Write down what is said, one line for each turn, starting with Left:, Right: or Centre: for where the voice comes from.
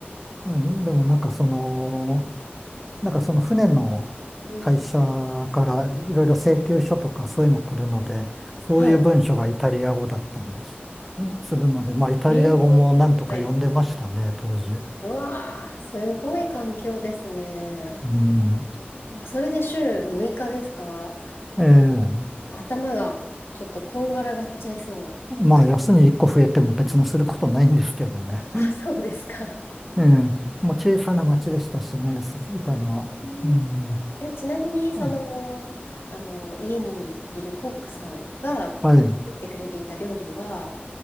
Centre: うんでもなんかその、なんかその船の会社
Left: うん、
Centre: からいろいろ請求書とかそういうの来るので、そういう文書がイタリア語だったり
Left: はい。
Centre: するので、まあイタリア語もなんとか読んでましたね、
Left: ええはい。
Centre: 当時。
Left: うわあ、すごい環境ですね。
Centre: うん。
Left: うわそれで週6日ですか
Centre: ええ。
Left: 頭がちょっとこんがらがっちゃいそう。
Centre: まあ休み1個増えても別にすることないんですけどね。
Left: 確かに。あ、そうですか。
Centre: ええ。<laughs> もう小さな町でしたしね、いたのは。
Left: うん
Centre: うん。
Left: え、ちなみに、その、
Centre: あ、
Left: あの、家にいるコックさんが作ってくれていた料理は、
Centre: はい。